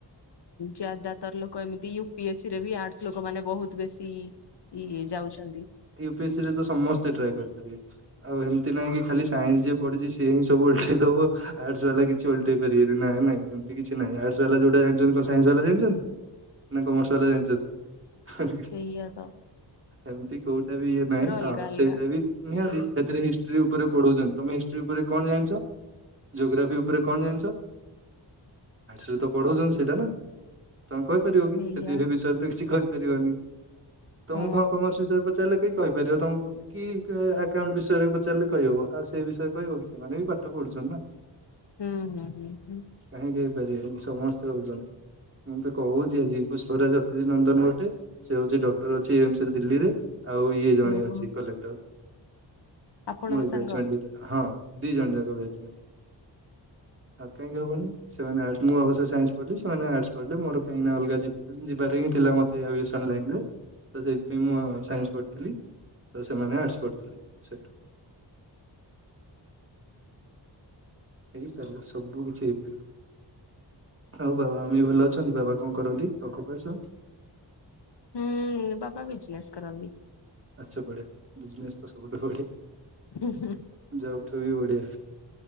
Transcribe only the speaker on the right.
ୟୁପିଏସି ରେ ତ ସମସ୍ତେ ଟ୍ରାଏ କରିପାରିବେ। ଆଉ ଏମିତି ନାହିଁ କି ଖଲି ସାଇନ୍ସ ଯିଏ ପଢୁଛି ସିଏ ହିଁ ସବୁ ଓଲ୍ଟେ ଇଦବ ଆର୍ଟସ ବାଲା କିଛି କିଛିଲଟେଇ ପାରିବନି ନାଇ ନାଇଁ ଏମତି କିଛି ନାହିଁ ଆର୍ଟସ ବାଲା ଯୋଉଟାାଇଛନ୍ତି କଣ ସାଇନ୍ସ ବାଲା ଜାଣିଛନ୍ତି? ନା କାମର୍ସବାଲା ଜାଣିଛନ୍ତି?
ଏମିତି କୋଉଟା ବି ଇଏ ନାହିଁ
ହଁ ସେଇଟା
ବି ନିହାତି ସେଥିରେ ହିଷ୍ଟି ଉପରେ ପଢଉଛ ତମେ ହିଷ୍ଟ୍ରି ଉପରେ କଣ ଜାଣିଛ? ଯୋଗ୍ରାଫି ଉପରେ କଣ ଜାଣିଛରେ ତ ପଢଉଛନ୍ତି ସେଇଟା ନା ତମେ କହିପାରିବ
କି କଷତି ବିଷୟରେ ତ କିଛି କହିପାରିବନି। ତମକୁ
ଘଁ କମର୍ସ ବିଷୟରେ ପଚାରିଲେ କେହି କହିପାରିବ ତମକୁ କି ଆକାଉଣ୍ଟ ବିଷୟରେ ପଚାରିଲେ କ କହିହିବବ ଆଉ ସେ ବିଷୟରେ କହିବ କି ସେମାନେ ବି ପାଠ ପଢୁଛନ୍ତି ନା।
କାହିଁକି ହେଇପାରିବେନି ସମସ୍ତେ ହଉଛନ୍ତି। ମୁଁ ତ କହୁଛି ଆଜି ପୁଷ୍ପରାଜ ଅତିଥି ନନ୍ଦନ ଗୋଟେ। ସେ ହଉଚି ଡକ୍ଟର ଅଛି ଏମସରେ ଦିଲ୍ଲୀରେ। ଆଉ ଇଏ ଜଣେ
ଅଛି କଲେକ୍ଟର।
ମୋରି
ବେଚମେଣ୍ଟ ଦିଟାକା ହଁ ଦି ଜଣ ଯାକ ବେଚମେଣ୍ଟ। ଆତ କାହିଁକି ହବନି। ସେମାନେ ଆଡସ ମୁଁ ଅବଶ୍ୟ ସାଇନ୍ସ ପଢିଲି। ସେମାନେ ଆଡସ ପଢିଲେ। ମୋର କାହିଁକିନା ଅଲଗା ଯିବ ଉଁ ଯିବାରେ ହିଁ ଥିଲା ମତେ ଆବିଏସ ଟନ୍ ଲାଇନରେ ତ ସେଇଥିପାଇଁ ମୁଁ ଆ ସାଇନ୍ସ ପଢ଼ିଥିଲି। ତ ସେମାନେ ଆଡସ ପଢ଼ିଥିଲି ସେଠୁ ହେଇପାରିବ ସବୁ କିଛି ହେଇପାରିବ। ଆଉ ବାବା ମମି ଭଲ ଅଛନ୍ତି। ବାବା କଣ କରନ୍ତି? ଅକୁ ପାସ
ଆଛ ପଡ଼େ ବିଜନେସ୍ ତ ସବୁଠୁ ବଢିଆ।
ଜବଠୁ ବି ବଢିଆ।